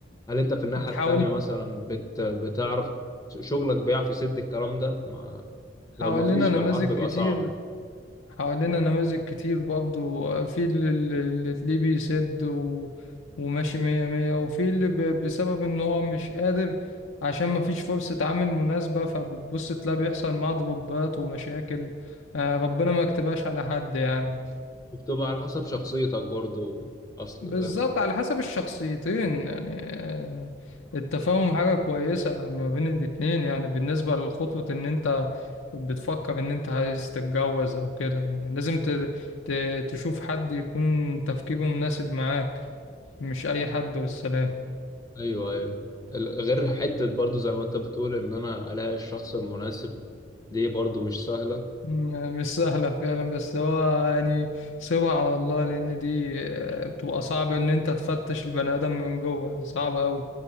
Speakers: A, on the left; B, on the left.
A: هل أنت في الناحية
B: حاول
A: التانية مثلا بت... بتعرف شغلك بيعرف يسد الكلام ده ما...
B: حوالينا
A: لو مفيش
B: نماذج
A: فالحرب بيبقى
B: كتير
A: صعب
B: حوالينا نماذج كتير برضو في اللي, اللي تلاقيه بيسد و... وماشي مية مية وفي اللي ب... بسبب ان هو مش قادر عشان مفيش فرصة عمل مناسبة فبتبص تلاقي بيحصل معاه ضربات ومشاكل آه ربنا ما يكتبهاش على حد يعني
A: وبتبقى على حسب شخصيتك برضو اصل
B: بالظبط على حسب الشخصيتين يعني آه، التفاهم حاجة كويسة ما بين الاتنين يعني بالنسبة لخطوة ان انت بتفكر ان انت عايز تتجوز او كده يعني لازم ت- ت- تشوف حد يكون تفكيره مناسب معاك مش اي حد والسلام
A: ايوه ايوه ال- غير حتة برضو زي ما انت بتقول ان انا الاقي الشخص المناسب دي برضو مش سهلة
B: م- مش سهلة فعلا بس هو يعني سيبها على الله لان دي آه، بتبقى صعب ان انت تفتش البني ادم من جوه صعب قوي